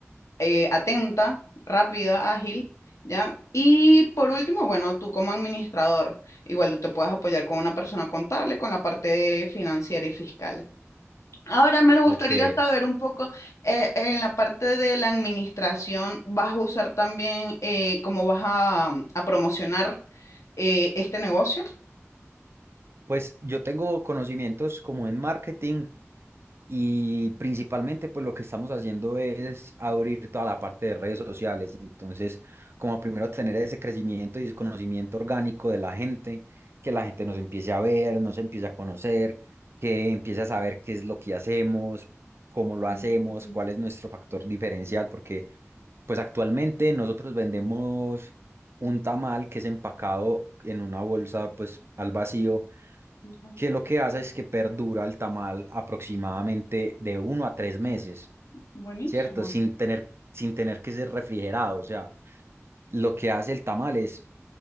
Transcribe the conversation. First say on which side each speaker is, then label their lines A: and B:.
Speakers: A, on the left (about 75°); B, on the right (about 55°).
A: eh, atenta, rápida, ágil, ya. Y por último, bueno, tú como administrador, igual tú te puedes apoyar con una persona contable, con la parte financiera y fiscal. Ahora me gustaría
B: ok.
A: saber un poco, eh, en la parte de la administración, ¿vas a usar también eh, cómo vas a, a promocionar eh, este negocio?
B: Pues yo tengo conocimientos como en marketing, Y principalmente, pues lo que estamos haciendo es abrir toda la parte de redes sociales. Entonces, como primero tener ese crecimiento y ese conocimiento orgánico de la gente, que la gente nos empiece a ver, nos empiece a conocer, que empiece a saber qué es lo que hacemos, cómo lo hacemos,
A: Ujú,
B: cuál es nuestro factor diferencial, porque pues actualmente nosotros vendemos un tamal que es empacado en una bolsa pues al vacío
A: ujú.
B: que lo que hace es que perdura el tamal aproximadamente de uno a tres meses,
A: Buenísimo.
B: ¿cierto? Sin tener, sin tener que ser refrigerado. O sea, lo que hace el tamal es,